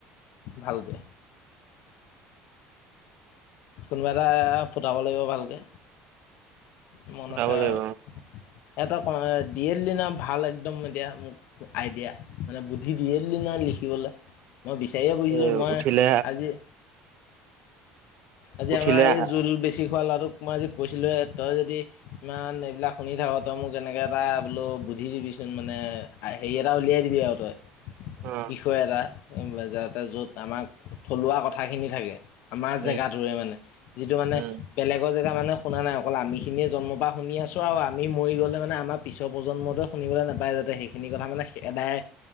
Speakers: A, on the left; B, on the right.
A: ভালকে কোনোবা এটা ফুটাব লাগিব ভালকে মন
B: উঠাব
A: আছে আৰু
B: লাগিব
A: এটা দিয়ে দিলি নহয় ভাল একদম এতিয়া মোক আইডিয়া মানে বুদ্ধি দিয়ে দিলি নহয় লিখিবলে মই বিচাৰিয়ে ফুৰিছিলোঁ
B: এ
A: মই
B: উঠিলে
A: আজি আজি
B: উঠিলে
A: আমাৰ এই
B: অ',
A: জোল বেছি খোৱা ল'ৰাটোক মই আজি কৈছিলোঁহে তই যদি ইমান এইবিলাক শুনি থাক তই মোক এনেকে এটা বোলো বুদ্ধি দিবিচোন মানে হেৰি এটা উলিয়াই দিবি আৰু তই
B: অ
A: বিষয় এটা যাতে য'ত আমাৰ থলুৱা কথাখিনি থাকে আমাৰ
B: উম,
A: জেগাত এ মানে যিটো মানে
B: উম,
A: বেলেগৰ জেগা মানুহে শুনা নাই অকল আমিখিনিয়ে জন্ম পৰা শুনি আছোঁ আৰু আমি মৰি গ'লে মানে আমাৰ পিছৰ প্ৰজন্মটোৱে শুনিবলৈ নাপায় যাতে সেইখিনি কথা মানে এদাই